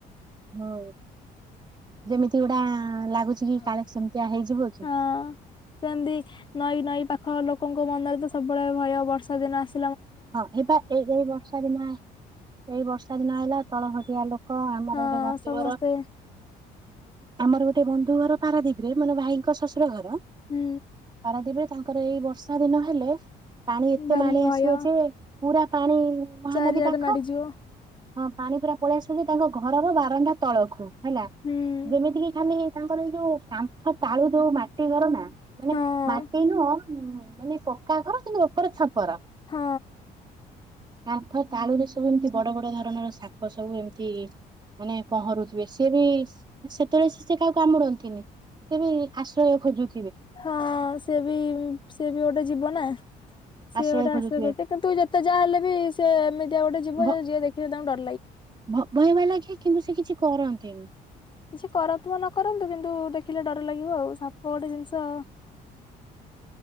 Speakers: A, on the right; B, on the left.
A: ହଁ ଯେମିତି ଗୋଡା ଲାଗୁଚି କି
B: ହଁ
A: କାଳେ ସେମିତିଆ ହେଇଯିବ କି
B: ହଁ ସେମିତି ନଈ ନଈ ପାଖ ଲୋକଙ୍କ ମନରେ ତ ସବୁବେଳେ ଭୟ ବର୍ଷା ଦିନ ଆସ
A: ହଁ ଏଇ ବା ଏଇ ଏଇ ବର୍ଷା ଦିନ ଏଇ ବର୍ଷା ଦିନ ହେଲା ତଳ ଘଟିଆ ଲୋକ ଆମର
B: ହଁ
A: ଗୋଟେ ବନ୍ଧୁଘର
B: ସମସ୍ତେ
A: ଆମର ଗୋଟେ ବନ୍ଧୁ ଘର ପାରାଦୀପରେ ମାନେ ଭାଇଙ୍କ ଶଶୁର ଘର
B: ହୁଁ।
A: ତାଙ୍କର ଏଇ ବର୍ଷା ଦିନ ହେଲେ ପାଣି ଏତେ
B: ଭାରି
A: ମାଳି
B: ଭୟ
A: ଆସିବ ଯେ ପୁରା ପାଣି ମହାନଦୀ
B: ଚାରିଆଡେ
A: ପାଖ,
B: ମାଡିଯିବ
A: ହଁ ପାଣି ପୁରା ପଳେଇ ଆସୁଛନ୍ତି ତାଙ୍କ ଘରର ବାରଣ୍ଡା ତଳକୁ। ହେଲା
B: ହୁଁ
A: ଯେମିତି କିି ଖାଲି ତାଙ୍କର ଏଇ ଯୋଉ କାନ୍ଥ ଚାଳୁ ଯୋଉ ମାଟି ଘର ନା ମାନେ
B: ହଁ
A: ମାଟି ନୁହ ଉଁ ମାନେ ପକ୍କା ଘର କିନ୍ତୁ ଉପର ଛପର
B: ହଁ
A: କାନ୍ଥ ତାଳୁରେ ସବୁ ଏମିତି ବଡ ବଡ ଧରଣର ଶାପ ସବୁ ଏମିତି ମାନେ ପହଁରୁଥିବେ ସିଏ ବି ସେତେବେଳେ ସି ସେ କାହାକୁ କାମୁଡନ୍ତିନି। କେବେ ଆଶ୍ରୟ ଖୋଜୁ
B: ହଁ ସେ ବି ସେ ବି ଗୋଟେ ଯିବ ନା। ସିଏ
A: ଆଶ୍ରୟ
B: ଗୋଟେ
A: ଖୋଜୁଥିବେ
B: ଆଶୟ କରି କିନ୍ତୁ ଯେତେ ଯାହା ହେଲେ ବି ସ ସେଏ ଏମିତିଆଉ ଗୋଟେ ଯିବ
A: ଭ
B: ଯ ଯିଏ ଦେଖିବ ତାଙ୍କୁର ଡରି
A: ଭ ଭୟ ଲାଗେ କିନ୍ତୁ ସେ କିଛି କରନ୍ତି
B: କିଛି କରନ୍ତୁ ବା ନ କରନ୍ତୁ କିନ୍ତୁ ଦେଖିଲେ ଡର ଲାଗ ଆଉ ସପ ଗୋଟେ ଜିନିଷ ଆ